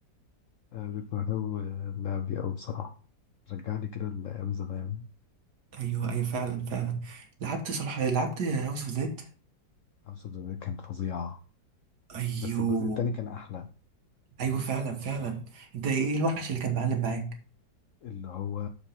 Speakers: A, on the left (about 70°); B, on the right (about 65°).
A: أنا كنت بحب اللعب دي أوي بصراحة رجعني كده لأيام زمان
B: ايوه ايوه فعلا فعلا لعبت صلاح لعبت هاوس اوف زيد
A: هاوس اوف ذا كانت فظيعة
B: ايوه
A: بس الجزء التاني كان أحلى
B: ايوه فعلا فعلا انت ايه إيه الوحش اللي كان معلم معاك
A: اللي هو